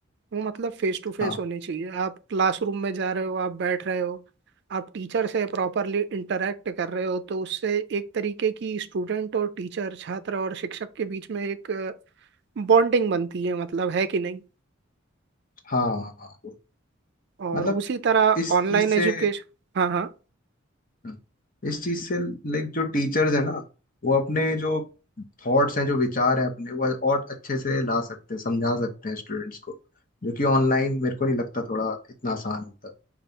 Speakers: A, on the right; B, on the left.
A: वो मतलब फेस टू फेस
B: हाँ
A: होनी चाहिए आप क्लासरूम में जा रहे हो आप बैठ रहे हो आप टीचर से प्रॉपरली इंटरेक्ट कर रहे हो तो उससे एक तरीके की स्टूडेंट और टीचर छात्र और शिक्षक के बीच में एक बॉन्डिंग बनती है मतलब है कि नहीं
B: हाँ हाँ वो-
A: और
B: मतलब
A: उसी तरह
B: इस
A: ऑनलाइन
B: चीज़
A: एजुकेशन
B: से
A: हाँ हाँ।
B: हम्म। इस चीज से लाइक जो टीचर्स है ना वो अपने जो थॉट्स हैं जो विचार हैं अपने वो और अच्छे से ला सकते हैं समझा सकते हैं स्टूडेंट्स को जो कि ऑनलाइन मेरे को नहीं लगता थोड़ा इतना आसान होता